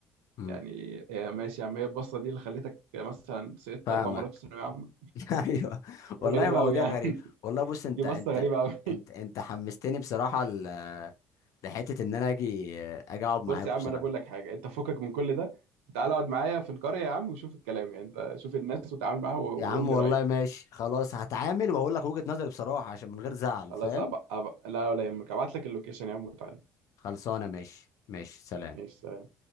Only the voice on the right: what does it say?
يعني هي ماشي يا عم هي البصه دي اللي خلتك مثلا سقطت
اربع مرات في ثانويه عامه
حاجة
غريبه
قوي يعني
<laughs>
دي بصه
غريبه قوي
بص يا عم
انا بقول لك حاجه انت فكك من كل ده تعال اقعد معايا في القريه يا عم وشوف الكلام يعني انت شوف الناس وتعامل معاها و-
وقول
لي رايك
خلاص
أبقى أبقى لا ولا يهمك ابعت لك اللوكيشن يا عم وتعالى
ماشي سلام